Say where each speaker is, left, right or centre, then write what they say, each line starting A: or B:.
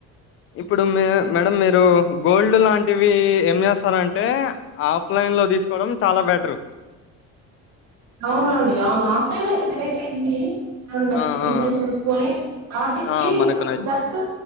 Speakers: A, on the left (about 45°); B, on the right (about 60°).
A: ఇప్పుడు మ మేడం మీరు గోల్డ్ లాంటివి ఏం చేస్తారంటే అంటే ఆఫ్లైన్ లో తీసుకోవడం చాలా బెటర్
B: అవునండి అవును ఆఫ్ టైన్ లో అయితే ేట్ అయ్యంది నచ్చి
A: ఆ
B: డిజైన్
A: ఆ
B: చూసుకొని ఆర్డ ఇచ్చి
A: ఆ మనకు నచ్
B: ట్టు